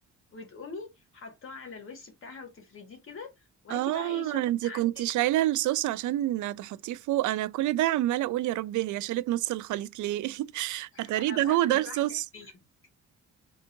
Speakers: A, on the left (about 45°); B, on the right (about 85°).
A: وتقومي حطاه على الوش بتاعها وتفرديه كده وهاتي
B: اه
A: بقى ايه شوكليت
B: انتي
A: عندك
B: كنتي شايلة الصوص عشان تحطيه فوق انا كل ده عمالة اقول يا ربي هي شالت نص الخليط ليه <laughs>
A: <laughs>
B: اتاري ده
A: هبقى
B: هو
A: اكله
B: ده الصوص
A: لوحدي بالليل